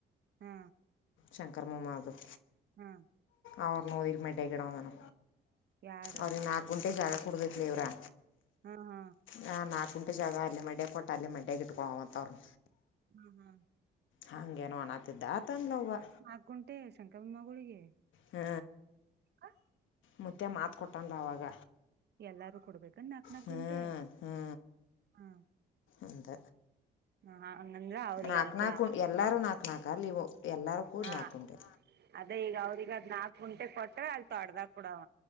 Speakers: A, on the right; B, on the left.
A: ಹ್ಮ
B: ಶಂಕರ್ಮೊಮಾದವ
A: ಹ್ಮ
B: ಅವ್ರ ನೋದರ್ ಮೇಟ ಗಿಡಾನ
A: ಯಾರ
B: ಅವ್ರ ನಾಲ್ಕ ಗುಂಟೆ ಜಾಗ ಕೊಡಬೇಕಲ ಇವರಾ
A: ಹಾ ಹಾ
B: ಹಾ ನಾಕಂೆ ಜಾಗ ಅಲ್ಲಿ ಮಡ್ಯ ಕೊಟ್ಟ ಅಲ್ಲಿ ಮಡ್ಯಗೆ ಇಟ್ುಕೊ ಮತ ಅವ್ರರು
A: ಹ್ಮ್ ಹ್ಮ್
B: ಹಂಗೇನುೋ ಅಣತಿದ್ದ ಆತಂದವವ
A: ಹಾಕಂಟೆ ಶಂಕರ ಬೊಮ್ಮಗಳಿಗೆ
B: ಹ್ಮ್
A: ಹ
B: ಮುತ್ತೆ ಮಾತ್ ಕೊಟ್ಟನ್ ಅವಾಗ
A: ಎಲ್ಲಾರು ಕೊಡ್ಬೇಕ ನಾಕ್ ನಾಕ್
B: ಹ್ಞೂ
A: ಗುಂಟೆ
B: ಹ್ಞೂ
A: ಹಾ
B: ಅಂತ
A: ಹ ಹಂಗಂದ್ರ ಅವ್ರಿಗೆ
B: ನಾಲ್ಕು
A: ಅಲ್
B: ನಾಲ್ಕು
A: ಕೂಡ
B: ಉಂಡು ಎಲ್ಲರೂ ನಾಲ್ಕು ನಾಲ್ಕು ಅಲ್ಲಿ ಇವು ಎಲ್ಲರೂ ಕೂಡಿ
A: ಹಾ
B: ನಾಲ್ಕು ಉಂಡೆ
A: ಅದ ಈಗ ಅವ್ರಗ ಅದ್ ನಾಲ್ಕ ಗಂಟೆ ಕೊಟ್ರ ಅಲ್ ತೊಡ್ದಾಗ ಕುಡವ